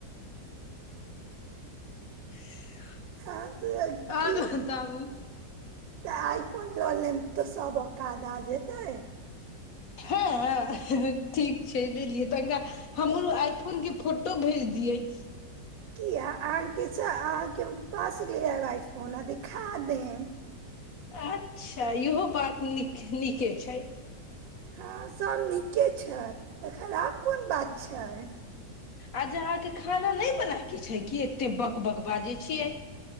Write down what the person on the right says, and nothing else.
हँ त
की
तऽ आइ फोन लऽ लेब तऽ सब औकाद आ जेतैय
किया अहाँके अहाँके पास गेलैय रहब आइफोन आ देखा देब
हँ सब नीके छैय तऽ खराब कोन बात छैय